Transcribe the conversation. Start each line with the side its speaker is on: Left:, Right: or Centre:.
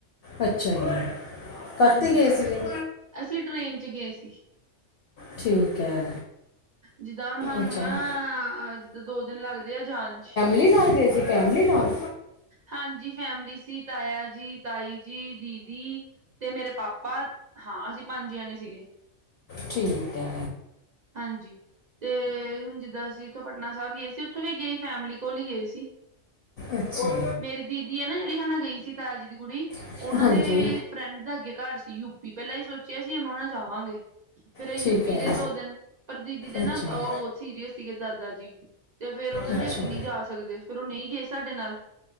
Left: ਅੱਛਾ ਜੀ ਕਾਹਤੇ
Right: ਹਾਂਜੀ
Left: ਗਏ ਸੀਗੇ
Right: ਅਸੀਂ ਟ੍ਰੇਨ ਚ ਗਏ ਸੀ
Left: ਠੀਕ ਹੈ
Right: ਜਿੱਦਾਂ ਹੁਣ ਸਾਨੂੰ
Left: ਅੱਛਾ
Right: ਨਾ ਜਿੱਦਾਂ ਦੋ ਦਿਨ ਲੱਗਦੇ ਆ ਜਾਣ ਚ
Left: ਲੀ ਨਾਲ ਗਏ ਸੀ ਫੈਮਲੀ ਨਾਲ
Right: ਹਾਂਜੀ ਫੈਮਿਲੀ ਸੀ ਤਾਇਆ ਜੀ ਤਾਈ ਜੀ ਦੀਦੀ ਤੇ ਮੇਰੇ ਪਾਪਾ ਹਾਂ ਅਸੀਂ ਪੰਜ ਜਣੇ ਸੀਗੇ
Left: ਠੀਕ ਹੈ
Right: ਹਾਂਜੀ ਤੇ ਹੁਣ ਜਿੱਦਾਂ ਅਸੀਂ ਉਥੋਂ ਪਟਨਾ ਸਾਹਿਬ ਗਏ ਸੀ ਉੱਥੋਂ ਵੀ ਗਈ ਫੈਮਿਲੀ ਕੋਲ ਹੀ ਗਏ ਸੀ
Left: ਅੱਛਾ
Right: ਮੇਰੀ ਦੀਦੀ ਹੈ ਨਾ ਜਿਹੜੀ ਹਨਾ ਗਈ ਸੀ ਤਾਜ਼ੀ ਦੀ ਕੁੜੀ
Left: ਠੀਕ-
Right: ਉਹਨਾਂ
Left: ਹਾਂਜੀ
Right: ਦੀ ਫਰੈਂਡ ਦਾ ਅੱਗੇ ਘਰ ਸੀ ਯੂਪੀ ਪਹਿਲਾਂ ਹੀ ਸੋਚਿਆ ਸੀ ਉਹ ਨਾਲ ਜਾਵਾਂਗੇ ਫੇਿਰ ਯੂਪੀ
Left: ਠੀਕ ਹੈ
Right: ਦੇ ਦੋ ਦਿਨ ਪਰ ਦੀਦੀ ਦੇ ਨਾ
Left: ਅੱਛਾ
Right: ਉਹ ਬਹੁਤ ਸੀਰੀਅਸ ਸੀਗੇ ਦਾਦਾ ਜੀ ਤੇ ਫੇਰ ਉਹ ਕਹਿੰਦੇ
Left: ਅੱਛਾ
Right: ਅਸੀਂ ਨਹੀਂੀ ਜਾ ਸਕਦੇ ਫਿਰ ਉਹ ਨਹੀਂ ਗਏ ਸਾਡੇ ਨਾਲ